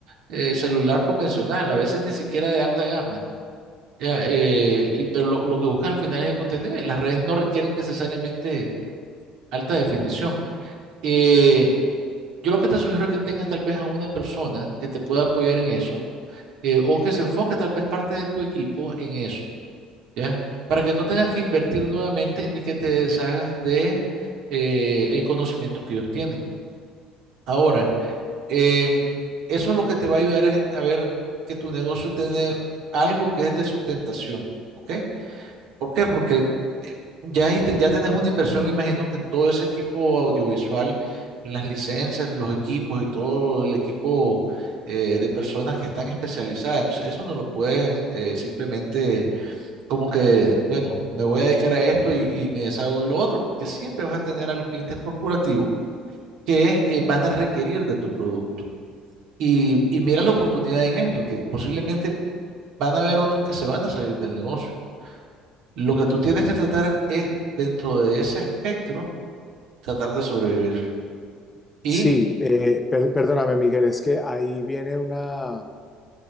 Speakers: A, on the right; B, on the left.
A: eh, celular convencional, a veces ni siquiera de alta gama. Ya, eh, y, pero lo, lo que buscan al final es el contenido y las redes no requieren necesariamente alta definición. Eh, yo lo que te sugiero es que tengas tal vez a una persona que te pueda apoyar en eso eh, o que se enfoque tal vez parte de tu equipo en eso, ¿ya? Para que no tengas que invertir nuevamente ni que te deshagas de eh, el conocimiento que ellos tienen. Ahora, eh, eso es lo que te va a ayudar es a ver que tu negocio tiene algo que es de sustentación, ¿ok? ¿Por qué? Porque eh, ya, ahí te- ya tenés una inversión, me imagino que en todo ese equipo audiovisual, las licencias de los equipos y todo el equipo eh, de personas que están especializadas. Entonces, eso no lo puedes eh, simplemente como que, bueno, me voy a dedicar a esto y, y me deshago de lo otro, porque siempre vas a tener a los clientes corporativos que eh, van a requerir de tu producto. Y, y mira la oportunidad en esto, que posiblemente van a haber otros que se van a salir del negocio. Lo que tú tienes que tratar es, dentro de ese espectro, tratar de sobrevivir. Y
B: Sí, eh, per- perdóname, Miguel, es que ahí viene una...